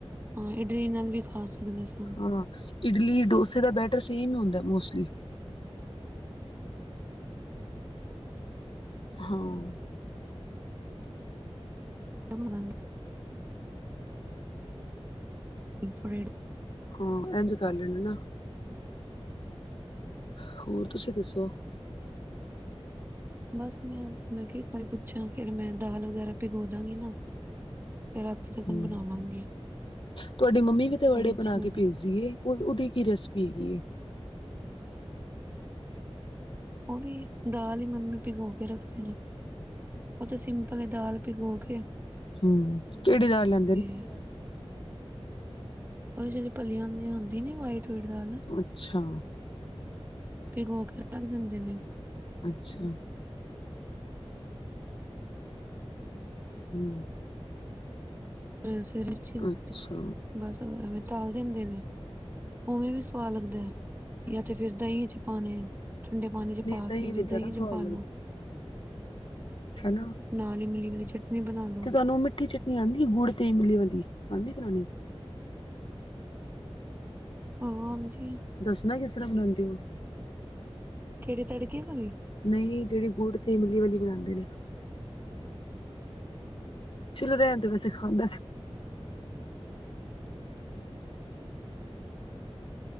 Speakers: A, on the right (about 20°); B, on the left (about 55°).
A: ਹਾਂ ਇਡਲੀ ਨਾਲ ਵੀ ਖਾ ਸਕਦੇ ਸ।
B: ਹਾਂ ਇਡਲੀ ਡੋਸੇ ਦਾ ਬੈਟਰ ਸੇਮ ਹੀ ਹੁੰਦਾ ਮੋਸਟਲੀ। ਹਾਂ।
A: ਓ ਮੈਨੀ। ਥੋੜੇ।
B: ਹਾਂ ਇੰਝ ਕਰ ਲੈਣਾ ਨਾ। ਹੋਰ ਤੁਸੀਂ ਦੱਸੋ।
A: ਬਸ ਮੈਂ ਮੈਂ ਕਿਹਾ ਇੱਕ ਵਾਰੀ ਪੁੱਛਾ ਫਿਰ ਮੈਂ ਦਾਲ ਵਗੈਰਾ ਭਿਗੋ ਦਾਂਗੀ ਨਾ ਫੇਰ ਰਾਤੀ ਤਕ
B: ਹਮ
A: ਨੂੰ ਬਣਾ ਲਾਂਗੀ
B: ਤੁਹਾਡੀ ਮੰਮੀ ਵੀ
A: ਤਾਂ
B: ਤੇ ਵੜੇ
A: ਹੀ ਅੱਛੀ
B: ਬਣਾ
A: ਬਣੀ
B: ਕੇ ਭੇਜਦੀ ਏ ਉਹ ਉਹਦੀ ਕੀ ਰੈਸਪੀ ਹੈਗੀ ਏ
A: ਉਹ ਵੀ ਦਾਲ ਹੀ ਮੰਮੀ ਪਿਗੋ ਕੇ ਰੱਖਦੇ ਨੇ ਉਹ ਤੇ ਸੀਮਧਲ ਪਹਿਲੇ ਦਾਲ ਪਿਗੋ ਕੇ
B: ਹਮ ਕਿਹੜੀ ਦਾਲ ਲੈਂਦੇ ਨੇ
A: <unintelligible> ਪਤਾ ਨਹੀਂ ਉਹ ਜਿਹੜੀ ਭਲੇਆ ਦੀ ਹੁੰਦੀ ਨਿ ਵਾਈਟ ਵਈਟ ਦਾਲ
B: ਅੱਛਾ
A: ਪਿਗੌ ਕੇ ਰੱਖ ਦਿੰਦੇ ਨੇ
B: ਅੱਛਾ ਹੂ
A: ਸਵੇਰੇ
B: ਅੱਛਾ
A: ਬਸ ਬ <unintelligible> ਤਲ ਦੇਨਦੇ ਨੇ ਉਵੇਂ ਵੀ ਸੁਵਾਦ ਲੱਗਦੇ ਨੇ ਜਾਂ ਤੇ ਫਿਰ ਦਹੀਂ ਚ ਪਾਣੇ ਠੰਡੇ ਪਾਣੀ ਚ
B: ਨਹੀਂ
A: ਪਾ
B: ਦਹੀਂ
A: ਕੇ ਫੇਰ
B: ਵਿੱਚ ਜ਼ਿਆਦਾ
A: ਦਈ ਚ
B: ਸਵਾਦ
A: ਪਾ ਲੋੋ
B: ਹੋਲੌ
A: ਨਾਲ ਇਮਲੀ ਞਾਲੀ ਚਟਨੀ ਬਣਾ ਲਉ
B: ਤੁਹਾਨੂੰ ਮਿੱਠੀ ਚਟਨੀ ਆਉਂਦੀ ਹੈ ਗੁੜ ਤੇ ਇਮਲੀ ਞਾਲੀ ਆਉਂਦੀ ਬਣਾਉਣੀ
A: ਹਾਂ ਆਦੀ ਏ
B: ਦੱਸਣਾ ਕਿਸ ਤਰ੍ਹਾਂ ਬਣਾਉਂਦੇ ਹੋ
A: ਕਿਹੜੀ ਤੜਕੇ ਵਾਲੀ
B: ਨਹੀਂ ਜਿਹੜੀ ਗੁੜ ਤੇ ਇਮਲੀ ਞਾਲੀ ਬਣਾਉਂਦੇ ਨੇ ਚਲੋ ਰਹਿਣ ਵੈਸੇ ਖਾਂਦਾ